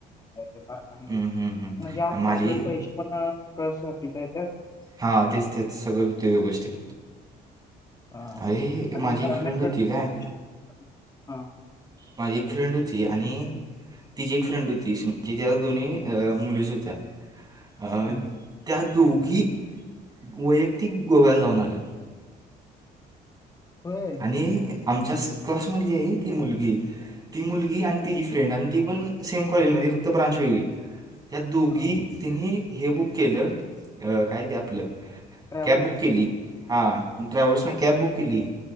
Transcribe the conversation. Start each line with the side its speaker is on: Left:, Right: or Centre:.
Left: <unintelligible> पार्कांमध्ये
Right: हम्म, हम्म, हम्म.
Left: म्हणजे आता
Right: आणि माझी
Left: आपल्याला पैसे पण <unintelligible> येत्यात-
Right: हां तेच तेच सगळं होतंय व्यवस्थित.
Left: हा
Right: अरे
Left: आणि
Right: माझी
Left: मग
Right: एक
Left: आपल्या
Right: फ्रेंड होती काय
Left: <unintelligible> ह
Right: माझी एक फ्रेंड होती आणि- तिची एक फ्रेंड होती त्या दोन्ही अ मुलीच होत्या. अ
Left: हम्म
Right: त्या दोघी वैयक्तिक गोव्याला जाऊन आल्यात.
Left: होय.
Right: ती आमच्यास क्लासमधली आहे ती मुलगी ती मुलगी
Left: हम्म
Right: आणि ती- फ्रेंड आणि ती पण सेम कॉलेजमध्ये फक्त ब्रांच वगेळी त्या दोघी-
Left: हा
Right: तिनी हे बुक केलं काय ते आपलं
Left: ट्रॅव्हल्स
Right: कॅब बुक केली. हां ट्रॅव्हल्सन कॅब बुक केली.